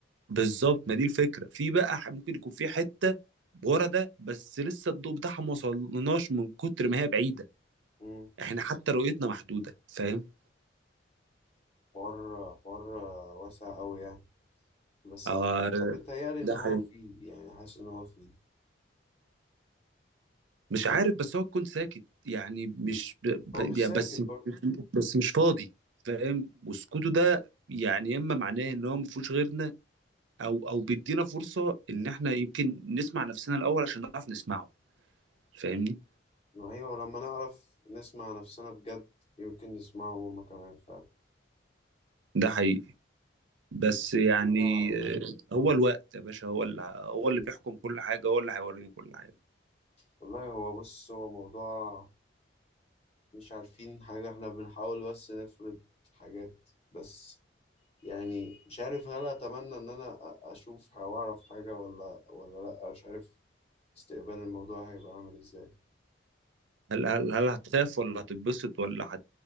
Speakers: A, on the right; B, on the left.
A: بالظبط ما دي الفكرة في بقى ح- ممكن يكون في حتة ورا ده بس لسه الضوء بتاعها ما وصلناش من كتر ما هي بعيدة
B: مم.
A: احنا حتى رؤيتنا محدودة فاهم
B: حوار حوار واسع قوي يعني بس
A: آه
B: بيتهيألي ان
A: ده
B: هو
A: حقيقي
B: فيه يعني حاسس ان هو فيه
A: مش عارف بس هو كنت ساكت يعني مش ب...
B: هو
A: ب...
B: مش
A: يعني
B: ساكت
A: بس
B: برضه
A: بس مش فاضي فاهم وسكوته ده يعني يا اما معناه ان هو ما فيهوش غيرنا او او بيدينا فرصه ان احنا يمكن نسمع نفسنا الاول عشان نعرف نسمعه فاهمني
B: ما هي لما نعرف نسمع نفسنا بجد يمكن نسمعه هما كمان فعلا
A: ده حقيقي بس يعني
B: آه
A: آه، هو الوقت يا باشا هو اللي هو اللي بيحكم كل حاجه هو اللي هيوريني كل حاجه
B: والله هو بص هو موضوع مش عارفين حاجة احنا بنحاول بس نفرض حاجات بس يعني مش عارف هل اتمنى ان انا أ- اشوف او اعرف حاجه ولا ولا لا مش عارف استقبال الموضوع هيبقى عامل ازاي
A: هل هل هل هتخاف ولا هتتبسط ولا هت